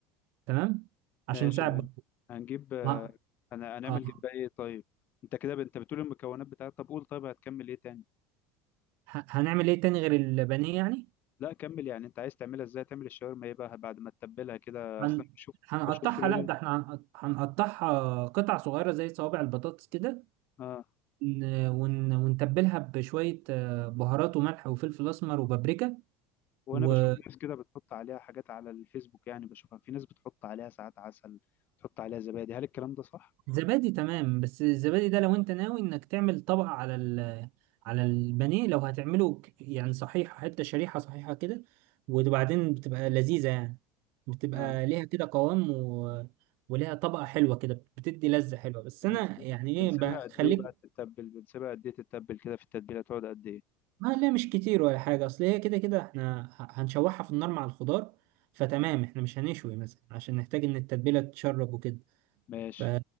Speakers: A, on the right; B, on the left.
A: تمام عشان
B: ماشي
A: نساعد
B: هن-
A: بعض.
B: هنجيب آه،
A: اه
B: انا هنعمل
A: آه.
B: جنبها ايه طيب انت كده ب- انت بتقول المكونات بتاعتها طب قول طيب هتكمل ايه تاني
A: ه- هنعمل ايه تاني غير البانيه يعني
B: لا كمل يعني انت عايز تعملها ازاي تعمل الشاورما ايه بقى بعد ما تتبلها كده
A: هن...
B: اصلا بشوف
A: هنقطعها
B: بشوف ريل
A: لا ده احنا هنقط- هنقطعها قطع صغيرة زي صوابع البطاطس كده
B: اه
A: ن- ون... ونتبلها بشوية آه، بهارات وملح وفلفل أسمر وبابريكا
B: وانا
A: و...
B: بشوف ناس كده بتحط عليها حاجات على الفيسبوك يعني بشوفها في ناس بتحط عليها ساعات عسل بتحط عليها زبادي هل الكلام ده صح
A: زبادي تمام بس الزبادي ده لو انت ناوي انك تعمل طبقة على ال على البانيه لو هتعمله ك- يعني صحيح حتة شريحة صحيحة كده وبعدين بتبقى لذيذة يعني بتبقى
B: اه
A: ليها كده قوام و... وليها طبقة حلوة كده بتدي لذة حلوة بس
B: وبنسيبها
A: انا يعني ايه
B: بنسيبها
A: بخليك
B: قد ايه بقى تتبل بنسيبها قد ايه تتبل كده في التتبيله تقعد قد ايه
A: ما لا مش كتير ولا حاجة اصل هي كده كده احنا ه- هنشوحها في النار مع الخضار فتمام احنا مش هنشوي مثلا عشان نحتاج ان التتبيلة تتشرب وكده
B: ماشي
A: ف